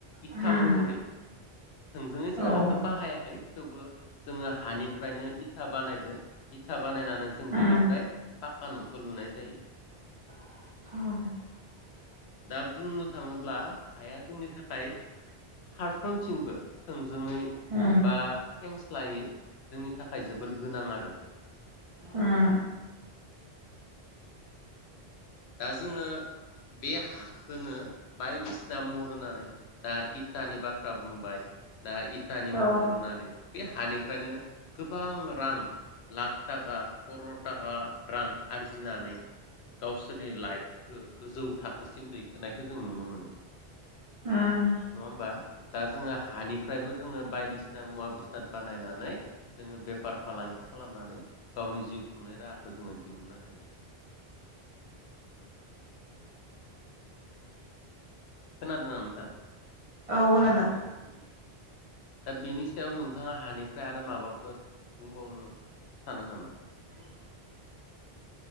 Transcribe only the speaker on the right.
उम
औ उम
उम
<unintelligible>
उम औ
उम
औ
उम
औ खोनादों।
<inaudible>